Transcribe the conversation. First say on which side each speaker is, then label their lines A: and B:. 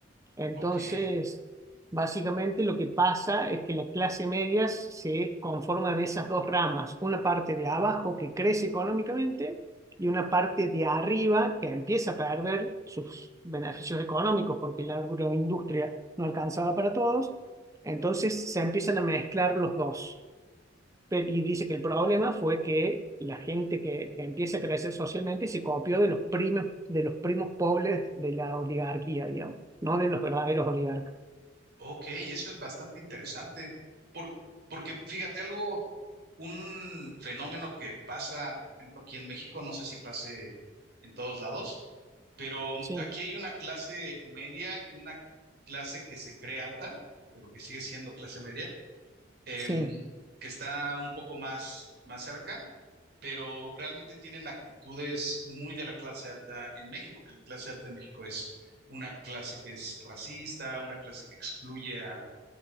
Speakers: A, on the right; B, on the right.
A: Entonces,
B: ok.
A: básicamente lo que pasa es que la clase media se conforma de esas dos ramas, una parte de abajo que crece económicamente y una parte de arriba que empieza a perder sus beneficios económicos porque la agroindustria no alcanzaba para todos. Entonces se empiezan a mezclar los dos. Y dice que el problema fue que la gente que empieza a crecer socialmente se copió de los primos, de los primos pobres de la oligarquía, digamos, no de los verdaderos oligarcas.
B: Ok, eso es bastante interesante, por- porque fíjate algo, un fenómeno que pasa, por ejemplo, aquí en México, no sé si pase en todos lados, pero
A: Sí,
B: aquí hay una clase media y una clase que se cree alta, pero que sigue siendo clase media, em,
A: sí,
B: que está un poco más, más cerca pero realmente tienen actitudes muy de la clase alta en México, que la clase alta de México es una clase que es racista, una clase que excluye a,